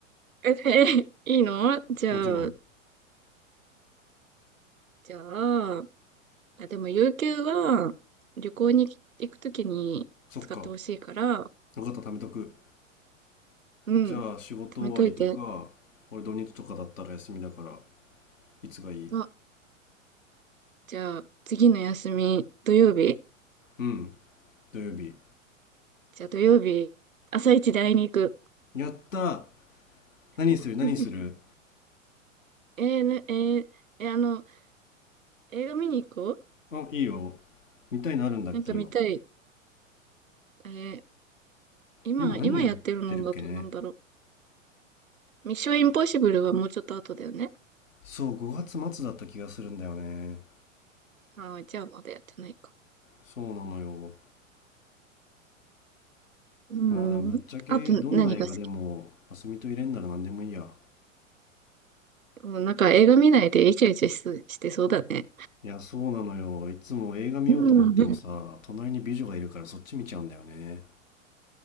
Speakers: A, on the right (about 80°); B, on the left (about 70°).
A: え、えいいのじゃあ、
B: もちろん。
A: んじゃあ、あ、でも、有給は、旅行に行くときに使ってほしいから、
B: そっか。よかった、貯めとく。
A: うん、
B: じゃあ、仕事終わりとか、
A: 貯めといて。
B: 俺土日とかだったら休みだから、いつがいい
A: あじゃあ、次の休み、土曜日
B: うん、土曜日。
A: じゃあ、土曜日、朝一で会いに行く。
B: やったー何する何する
A: <laughs> えー、な、えーえーあの、映画見に行こう
B: あ、いいよ。見たいのあるんだっけ、
A: なんか見たい。
B: 今。
A: え今、
B: 今何やるってるっけね。
A: 今やってるのだとなんだろう。ミッションインポッシブルはもうちょっと後だよね。
B: そう、5月末だった気がするんだよね。
A: ああ、じゃあまだやってないか。
B: そうなのよ。
A: う
B: まあでもぶっちゃけどんな映画でも、
A: ん。あと何が好き
B: あすみと入れんなら何でもいいや。
A: もうなんか映画見ないでイチャイチャしそうしてそうだね。
B: いや、そうなのよ。いつも映画見ようと思ってもさ、
A: うん。<laughs>
B: 隣に美女がいるからそっち見ちゃうんだよね。